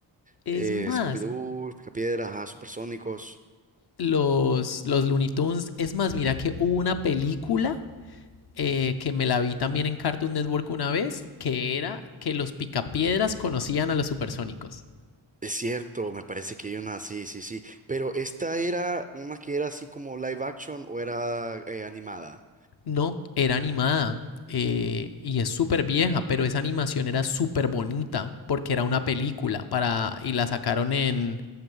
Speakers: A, on the left; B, on the right.
A: Es
B: eh,
A: más,
B: Scooby-Doo, Picapiedras, ajá, Supersónicos.
A: los, los Looney Tunes. Es más, mira que hubo una película eh, que me la vi también en Cartoon Network una vez, que era que los picapiedras conocían a los supersónicos.
B: Es cierto, me parece que hay una, sí, sí, sí. Pero esta era una que era así como live action o era eh, animada.
A: No, era animada. eh, y es súper vieja, pero esa animación era súper bonita porque era una película para, y la sacaron en,